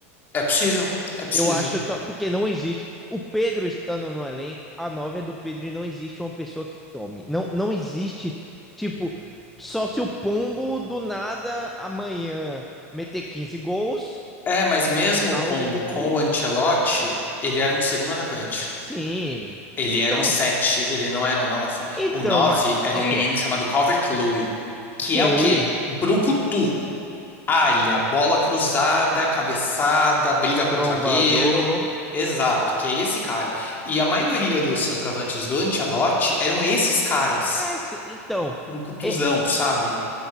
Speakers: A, on the left (about 25°); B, in the centre.
A: é possível, é possível.
B: Eu acho, porque não existe. O Pedro estando no elenco, a 9 é do Pedro e não existe uma pessoa que tome. Não, não existe, tipo, só se o Pombo do nada amanhã meter quinze gols,
A: É, mas mesmo
B: <laughs> algo
A: o Pombo
B: do tipo.
A: com o Ancelotti, ele era um segundo atacante.
B: Sim.
A: Ele
B: Então,
A: era um 7. ele não era um 9.
B: então,
A: O 9
B: mas
A: era
B: é
A: um
B: que
A: menino
B: é.
A: chamado Calvert-Lewin, que
B: sei,
A: é o quê? Brucutu. Área, bola cruzada, cabeçada, briga com
B: trombador.
A: o zagueiro. Exato, que é esse cara. E a maioria dos centroavantes do Ancelotti eram esses caras,
B: É, se- então,
A: brucutuzão,
B: é,
A: sabe?